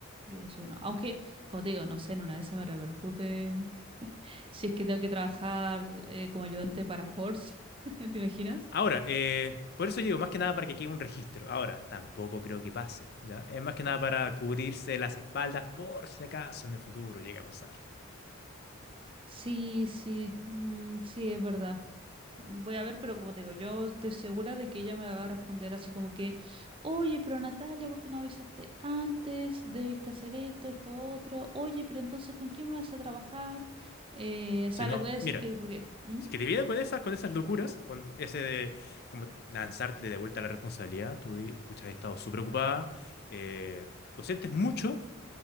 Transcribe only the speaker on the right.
Yo pienso que no. Aunque, como te digo, no sé, en una de esas me repercute <laughs> si es que tengo que trabajar eh, como ayudante para Forge. <laughs> ¿Te imaginas?
Sí, sí, mm, sí, es verdad. Voy a ver, pero como te digo, yo estoy segura de que ella me va a responder así como que, oye, pero Natalia, ¿por qué no avisaste antes? Debiste hacer esto, esto, otro. Oye, pero entonces, ¿con quién vas a trabajar? Eh, o sea,
le voy a decir
que, ¿por qué? ¿Mm?